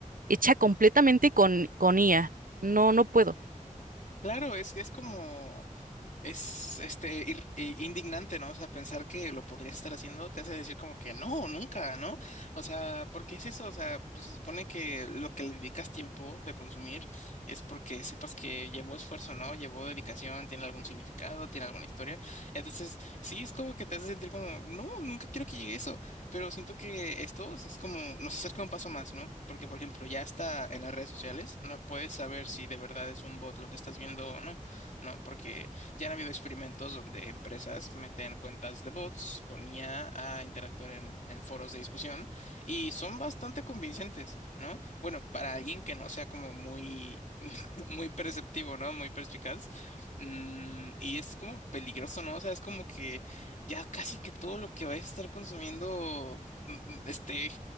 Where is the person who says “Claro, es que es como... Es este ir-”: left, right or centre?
Left